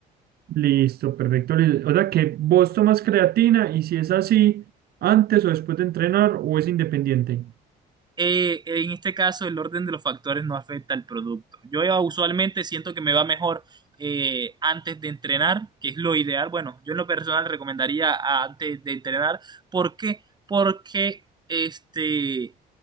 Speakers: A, on the right; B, on the right.
A: listo, perfecto, Luis. O sea que vos tomas creatina y si es así, antes o después de entrenar, o es independiente.
B: eh, en este caso el orden de los factores no afecta al producto. Yo eh, usualmente siento que me va mejor eh, antes de entrenar, que es lo ideal. Bueno, yo en lo personal recomendaría a- antes de entrenar. ¿Por qué? Porque este,